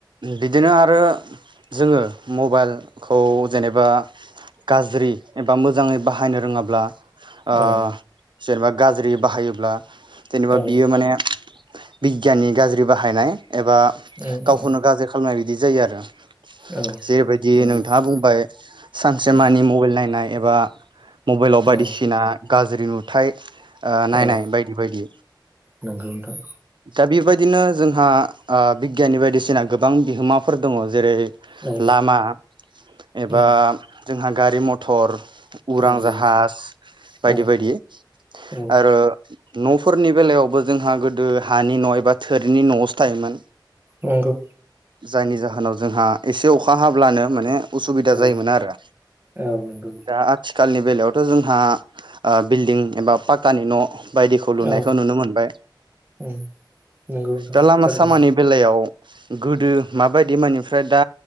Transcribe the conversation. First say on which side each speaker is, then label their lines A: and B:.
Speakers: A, on the right; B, on the right.
A: बिदिनो आरो जोङो मबाइलखौ जेनेबा गाज्रि एबा मोजाङै बाहायनो रोङाब्ला। अ।
B: औ
A: जेनेबा गाज्रि बाहायोब्ला। जेनबा
B: औ
A: बियो माने। बिगियाननि गाज्रि बाहायनाय। एबा
B: उम
A: गावखौनो
B: उम
A: गाज्रि खालामनाय बि बिदि जायो आरो।
B: औ
A: जेबायदि
B: नंगौ
A: नोंथाङा
B: नोंथां
A: बुंबाय सानसेमानि
B: उम
A: मबाइल नायनाय। एबा। मबाइलाव बायदिसिना।
B: औ
A: गाज्रि नुथाय। ओ नायनाय
B: औ
A: बायदि बायदि।
B: नंगौ नोंथां
A: दा बेबायदिनो जोंहा ओ बिगियाननि बायदिसिना गोबां बिहोमाफोर दङ जेरै।
B: औ
A: लामा एबा।
B: उम
A: जोंहा गारि मथर। उरां
B: नंगौ
A: जाहाज
B: औ
A: बायदि बायदि
B: औ
A: आरो। न'फोरनि बेलायावबो जोंहा गोदो, हानि न' एबा थोरिनि न'आवसो थायोमोन
B: नंगौ
A: जायनि जाहोनाव जोंहा एसे अखा हाब्लानो माने उसुबिदा
B: औ
A: जायोमोन आरो
B: औ नंगौ
A: दा आथि थिखालनि बेलायावथ जोंहा ओ बिल्डिं एबा पाक्कानि न' बायदिखौ लुनायखौ
B: औ
A: नुनो मोनबाय
B: उम नंगौ नोंथां
A: दा लामा
B: थारैनो
A: सामानि बेलायाव गोदो माबायदि बिमानिफ्राय दा